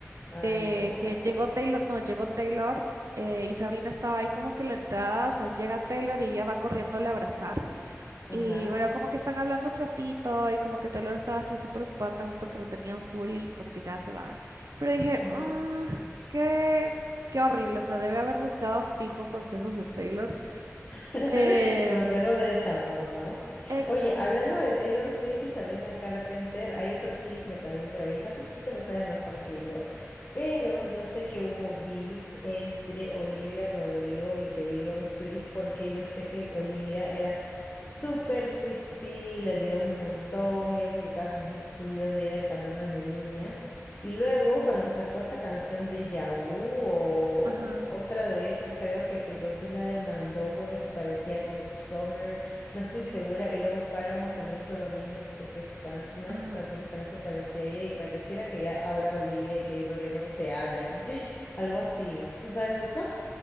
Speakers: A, on the left; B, on the right.
A: Ay,
B: de
A: no.
B: que llegó Taylor, no, llegó Taylor, eh, y Sabrina estaba ahí como que en la entrada, o sea, llega Taylor y ella va corriendo a abrazar.
A: Ajá.
B: Y bueno, como que están hablando un ratito y como que Taylor estaba así súper ocupada también porque lo tenían full y como que ya se va. Pero dije,
A: Ajá.
B: "Mm, qué, qué horrible, o sea, debe haber buscado fijo consejos de Taylor.
A: <laughs>
B: Eh,
A: Consejos de desamor, ¿no?
B: exa.
A: Oye, hablando de Taylor Swift y Sabrina Carpenter, hay otro chisme también por ahí. Fácil, tú te lo sabes mejor que yo. Pero yo sé que hubo beef entre Olivia Rodrigo y Taylor Swift porque yo sé que Olivia era súper Swiftie, la admiró un montón, ella publicaba sus, sus videos de ella cantando desde niña. Y luego, cuando sacó esta canción de Yabu o
B: Ajá,
A: otra de esas, creo que Taylor Swift la demandó porque se parecía a Cruel Summer, no estoy segura. Y luego Paramore también hizo lo mismo porque su can- una
B: ajá.
A: de sus canciones también se parecía a ella y pareciera que ya ahora Olivia y Taylor ya no se hablan. <laughs> Algo así. ¿Tú sabes eso?